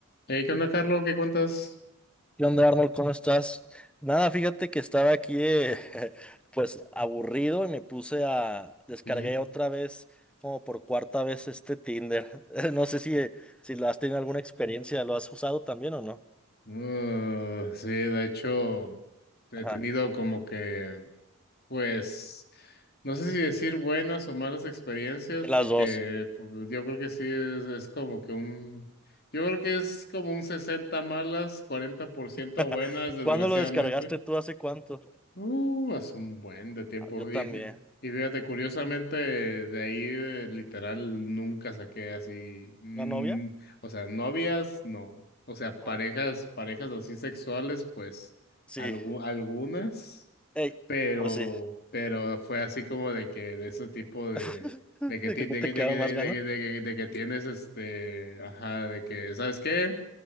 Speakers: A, on the left; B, in the centre.
A: Hey, ¿qué onda, Carlos? ¿Qué cuentas?
B: ¿Qué onda, Arnold? ¿Cómo estás? Nada, fíjate que estaba aquí, eh, <laughs> pues, aburrido y me puse a... Descargué
A: Ujú.
B: otra vez, como por cuarta vez, este Tinder. <laughs> No sé si, eh, si lo has tenido alguna experiencia, ¿lo has usado también o no?
A: Uh, sí, de hecho, he
B: Ajá,
A: tenido como que, pues, no sé si decir buenas o malas experiencias,
B: de
A: porque
B: las dos.
A: pues, yo creo que sí es, es como que un, yo creo que es como un 60 malas, 40%
B: <laughs>
A: buenas, desgraciadamente.
B: ¿Cuándo lo descargaste tú? ¿Hace cuánto?
A: Uh, hace un buen de tiempo.
B: Ah, Yo también.
A: Y, fí- y fíjate, curiosamente, de ahí eh, literal nunca saqué así. mm,
B: ¿Una novia?
A: o sea, novias, no. O sea, parejas,
B: No.
A: parejas así sexuales, pues
B: Sí.
A: algu- algunas,
B: Ey,
A: pero,
B: pues sí.
A: pero fue así como de que de ese tipo de.
B: <laughs>
A: De que,
B: De
A: ti-
B: ¿Que
A: de
B: no te
A: que,
B: quedaban
A: de que, de
B: más ganas?
A: que, de que, de que de que tienes este, ajá, de que, ¿sabes qué?